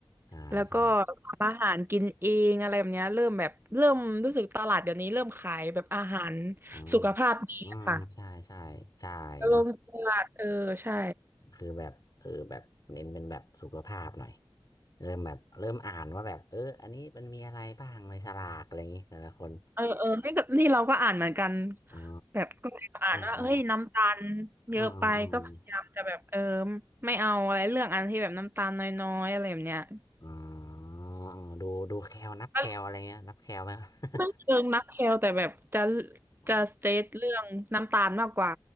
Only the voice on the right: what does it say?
แล้วก็ทำอาหารกินเองอะไรแบบเนี้ยเริ่มแบบเริ่มรู้สึกตลาดเดี๋ยวนี้เริ่มขายแบบอาหาร
สุขภาพดีอะค่ะ
ลงตลาดเออใช่
เออเออนี่กับนี่เราก็อ่านเหมือนกัน
แบบก็พยายามอ่านว่าเฮ้ยน้ำตาล
เยอะไปก็พยายามจะแบบเออ
ไม่เอาอะไรเรื่องอันที่แบบน้ำตาลน้อยๆอะไรแบบเนี้ย
มัน
ไม่เชิงนักเคลแต่แบบจะ
จะสเตทเรื่องน้ำตาลมากกว่า